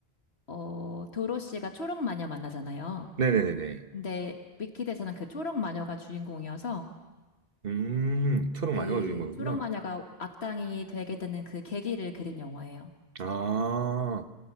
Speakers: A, on the left; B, on the right.
A: 어, 도로 씨가 초록 마녀 만나잖아요.
B: 네네네네.
A: 근데 위키드에서는 그 초록 마녀가 주인공이어서,
B: 음, 초록
A: 그
B: 마녀가 주인 거구나.
A: 초록 마녀가 악당이 되게 되는 그 계기를 그린 영화예요.
B: 아,